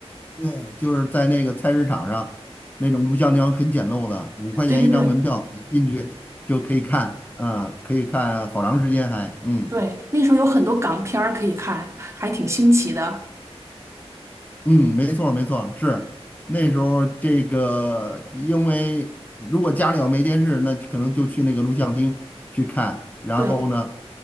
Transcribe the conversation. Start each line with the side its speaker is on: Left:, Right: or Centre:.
Left: 对，就是在那个菜市场上，那种录像厅很简陋的，五块钱一张门票，
Right: 对对对
Left: 你进去就可以看，啊、可以看好长时间还，嗯
Right: 对，那时候有很多港片儿可以看，还挺新奇的。
Left: 嗯，没错儿没错儿，是那时候这个，因为如果家里要没电视，那可能就去那个录像厅去看，然后呢，
Right: 对